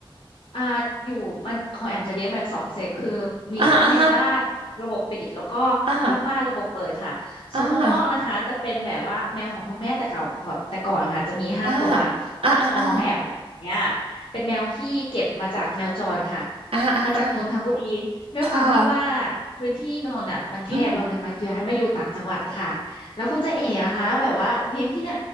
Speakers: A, on the left; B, on the right.
A: อ่าอยู่มันของแอมจะเลี้ยงแบบสองเซตคือมีทั้งในบ้านระบบปิดแล้วก็
B: อ่าอ่าอ่า
A: นอกบ้านระบบเปิดค่ะส่วนข้างนอกนะคะจะเป็นแบบว่าแมวของคุณแม่แต่เก่าขอแต่ก่อนค่ะจะมีห้าตัว
B: อ่าอ่าอ่าอ่าอ่า
A: ของของแอมเนี่ยเป็นแมวที่เก็บมาจากแมวจรค่ะ
B: อ่าอ่าอ่า
A: มาจากนนทบุรีด้วยความที่ว่า
B: ค่ะ
A: พื้นที่นนท์อ่ะมันแคบเราเลยมาย้ายมาอยู่ต่างจังหวัดค่ะแล้วคุณจะเอ๋นะคะแบบว่าเลี้ยงที่ไหน
B: อืม